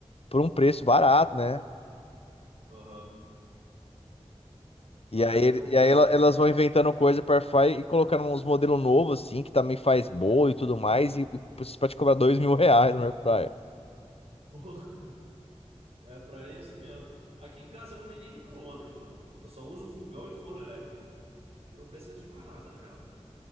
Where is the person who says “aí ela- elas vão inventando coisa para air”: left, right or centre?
Left